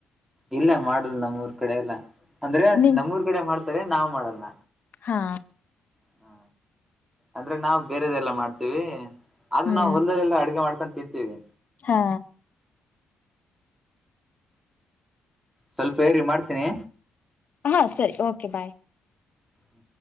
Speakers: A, in the centre; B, on the left.
A: ಇಲ್ಲ ಮಾಡಲ್ಲ ನಮ್ಮೂರ್ ಕಡೆ ಎಲ್ಲ ಅಂದ್ರೆ
B: ನಿಮ್
A: ನಮ್ಮೂರ್ ಕಡೆ ಮಾಡ್ತಾರೆ ನಾವ್ ಮಾಡಲ್ಲ
B: ಹಾ
A: ಹ್ಮ ಅಂದ್ರೆ ನಾವು ಬೇರೆದೆಲ್ಲಾ ಮಾಡ್ತೀವಿ ಆದ್ರೂ
B: ಹ್ಮ್
A: ನಾವು ಹೊಲ್ಲಲ್ಲ ಅಡ್ಗೆ ಮಾಡ್ಕೊಂಡು ತಿಂತೀವಿ
B: ಹಾ
A: ಸ್ವಲ್ಪ ಇರಿ ಮಾಡ್ತೀನಿ
B: ಹಾಂ ಸರಿ ಓಕೆ ಬಾಯ್
A: ಹ